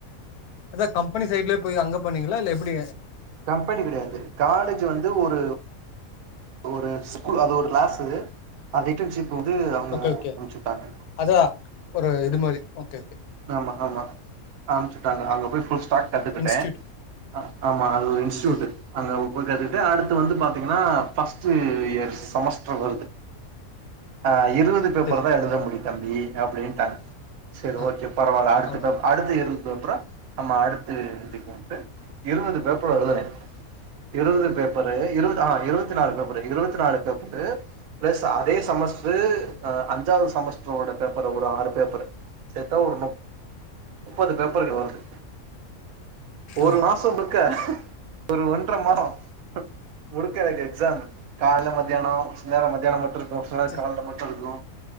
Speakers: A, on the left (about 85°); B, on the right (about 75°).
A: அதான் கம்பெனி சைட்லையா போய் அங்க போனீங்களா இல்ல எப்படி
B: கம்பெனி கிடையாது காலேஜ் வந்து ஒரு ஒரு ஸ்கூல் அது ஒரு கிளாஸ்சு அது இன்டன்ஷிப் வந்து அவுங்க
A: ஓகே ஓகே
B: அமுச்சுவுட்டாங்க
A: அதா ஒரு இது
B: <inaudible>
A: மாரி ஓகே ஓகே
B: ஆமா ஆமா அமுச்சுவுட்டாங்க அங்க போயு ஃபுல் ஸ்டார்ட் கத்துக்கிட்டேன்
A: இன்ஸ்டியூட்
B: ஆமா அது ஒரு இன்ஸ்டியூட்
A: சேரி
B: <unintelligible> அடுத்து வந்து பாத்தீங்கன்னா பஸ்ட் இயர் செமஸ்ட்ர் வருது ஆ <unintelligible> இருவது பேப்பர்
A: சேரி
B: தான் எழுத முடியும் தம்பி அப்படின்ட்டாங்க சேரி
A: ஆ
B: ஓகே பரவாயில்ல அடுத்து
A: ஆமா
B: பேப்பர் அடுத்து <unintelligible> பேப்பரா ஆமா அடுத்து எழுதிக்கலான்டு இருபது பேப்பர் எழுதுனே இருபது பேப்பர் பற இருபது ஆ இருபது <unintelligible> இருபத்தி நாலு பேபரு பிளஸ் அதே செமஸ்டர் அஞ்சாவது செமஸ்ட்ரோட பேப்பரு ஒரு ஆறு பேப்பரு சேத்தா ஒரு முப் முப்பது பேப்பர்கள் வருது ஒரு
A: ஆ
B: மாச இருக்க ஒரு ஒன்ற மரோ <unintelligible> எக்ஸாம் காலல மத்தியான சில நேர மத்தியானம் மட்டு இரு ஒரு சில நேரம்
A: சே
B: காலைல மட்டு இருக்கு